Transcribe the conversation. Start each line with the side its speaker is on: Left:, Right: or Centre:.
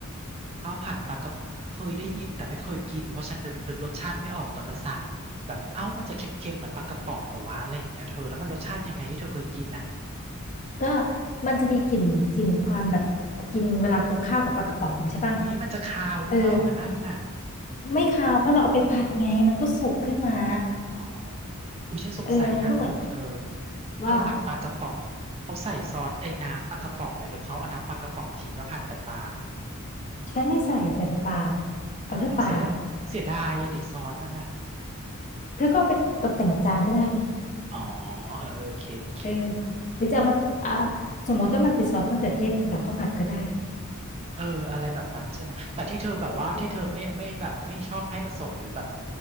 Right: ข้าวผัดปลากระพงเคยได้ยินแต่ไม่เคยกินเพราะฉันนึกนึกรสชาติไม่ออกตอนจะสั่งแบบเอ้ามันจะเค็มๆเหมือนปลากระป๋องเหรอวะอะไรอย่างเงี้ยเธอแล้วมันรสชาติยังไงที่เธอเคยกินอ่ะ
Left: ก็มันจะมีกลิ่นกลิ่นความแบบกินเวลาคลุกข้าวกับปลากระป๋องใช่ปะ
Right: อุ๊ยมันจะคาวหรือเปล่าล่ะนั่นน่ะ
Left: เออไม่คาวเพราะเราเอาไปผัดไงมันก็สุกขึ้นมา
Right: อ๋ออุ๊ยฉันสงสัยอย่างหนึ่งเธอ
Left: เออมันก็เหมือน
Right: ข้าวผัดปลากระป๋องเขาใส่ซอสไอ้น้ำปลากระป๋องไหมหรือเขาเอาน้ำปลากระป๋องทิ้งแล้วผัดแต่ปลา
Left: ว่าฉันไม่ใส่ใส่แต่ปลา
Right: เอาเหรอเสียแล้วเสียดายอะดิซอสมันอ่ะ
Left: เอาแค่ปลาเธอก็เอาไปตกแต่งจานก็ได้ไง
Right: อ๋อเออโอเคโอเค
Left: เออหรือจะเอามาอ่าสมมติว่ามันเป็นซอสมะเขือเทศกินกับข้าวผัดก็ได้
Right: เอออะไรแบบนั้นใช่ไหมแต่ที่เธอแบบว่าที่เธอไม่ไม่แบบไม่ชอบให้ผสมหรือแบบ
Left: เออ